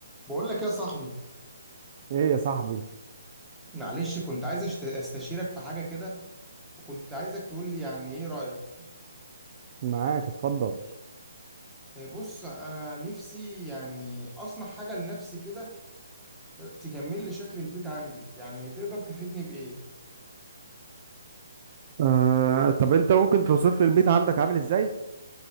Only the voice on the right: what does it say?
ايه يا صاحبي
معاك اتفضل
آه، طب انت ممكن توصف لي البيت عندك عامل ازاي